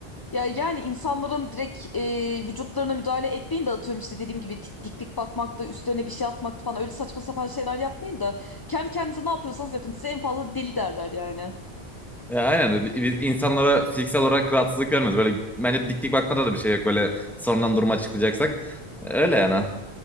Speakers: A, on the left (about 25°); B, in the centre.
A: Ya yani insanların direkt e, vücutlarına müdahale etmeyin de atıyorum işte dediğim gibi t- diklik bakmak da üstlerine bir şey atmakta falan öyle saçma sapan şeyler yapmayın da kendi kendinize ne yapıyorsanız yapın. Size en fazla deli derler yani.
B: Ya aynen biz insanlara fiziksel olarak rahatsızlık vermiyoruz. Böyle bence dik dik bakmada da bir şey yok böyle sonradan durumu açıklayacaksak. Öyle yani.